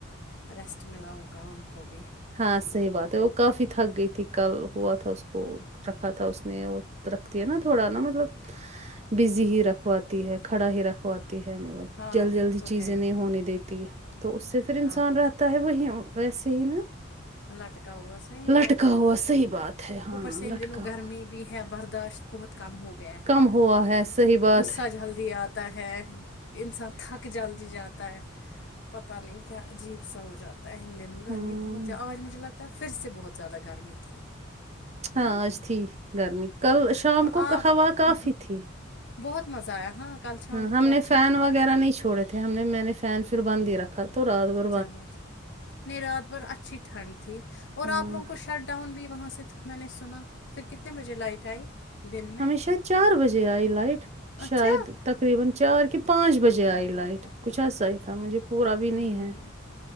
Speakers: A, on the left; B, on the right.
A: اور ریسٹ ملا ہوگا ان کو بھی
B: ہاں صحیح بات ہے وہ کافی تھک گئی تھی کل ہوا تھا اس کو رکھا تھا اس نے وہ رکھتی ہے نا تھوڑا نا مطلب بزی ہی رکھواتی ہے کھڑا ہی رکھواتی تی ہیں
A: ہاں
B: جلدی
A: وہ
B: جلدی
A: تو
B: چیزیں
A: ہے ہی
B: نہیں ہونے دیتی تو اس سے پھر انسان
A: ہاں
B: رہ تا ہے وہ ویس ہی نا
A: اللہ کے ویسے صحیح
B: لٹکا
A: بات ہے
B: ہوا صحیح بات ہے ہاں
A: اوپرسے ان
B: لٹکا
A: دنوں
B: ہوا
A: گرمی بھی ہے برداشت بہت کم ہو گیا ہے
B: کم ہوا ہے صحیح بات
A: غصہ
B: ہے
A: جلدی آتا ہے انسان تھک جلدی جاتا ہے پتا نہیں کیا عجیب سا ہو جا پہلے دونوں گرمی
B: ہوں
A: بہت ہے آج مجھے لگتا ہے پھر سے بہت زیادہ گرمی تھی ہے
B: ہاں
A: نا
B: آج تھی گرمی کل شام
A: ہاں
B: کو
A: آپ
B: ہوا کافی تھی
A: بہت مزہ آیا ہاں کل شام
B: ہ
A: کو
B: ہم
A: تو اچھا
B: نے فین
A: تھا
B: وغیرہ نہیں چھوڑے تھے ہم نے میں نے فین پھر بند ہی رکھا تو رات بر
A: چلو نہیں رات بھر اچھی ٹھنڈ تھی اور
B: ہاں
A: آپ لوگوں کو شڈ ٹاؤن بھی وہاں سے تھا میں نے سنا پھر کتنے بجے لائٹ آئی دن میں
B: ہمیشہ چار بجے آئی لائٹ
A: اچھا
B: شاید تقریبا چار کے پانچ بجے
A: او
B: آئی
A: ہو
B: لائٹ
A: ہو ہو ہوں
B: کچھ اسے تھا مجھے اور ابھی نہیں
A: ہوں
B: ہے